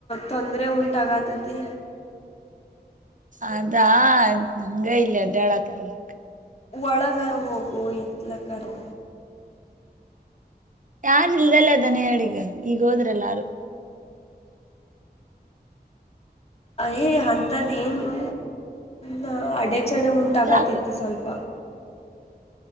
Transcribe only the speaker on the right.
ಅದಾ ನಂಗ ಇಲ್ಲಿ ಅಡ್ಡ್ಯಾಡ ತರ ಅದಕ.
ಯಾರ್ ಇಲ್ದಲ್ಲ ಅದಾನ ಹೇಳ ಈಗ ಈಗ್ ಹೋದ್ರಲ್ಲಾರು.
ಚಾಕು